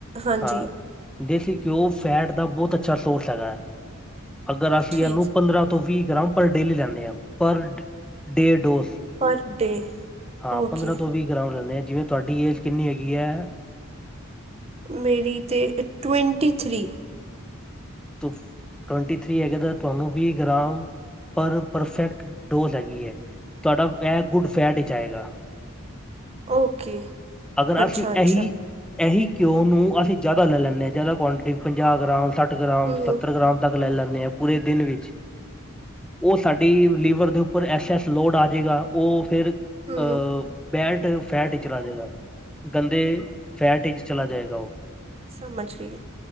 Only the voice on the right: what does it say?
ਹਾਂਜੀ
ਠੀਕ
ਪਰ ਡੇ
ਓਕੇ
ਮੇਰੀ ਤੇ ਟਵੈਂਟੀ ਥ੍ਰੀ
ਓਕੇ
ਅੱਛਾ
ਅੱਛਾ
ਹੂੰ
ਹੂੰ
ਸਰ ਮਛਲੀ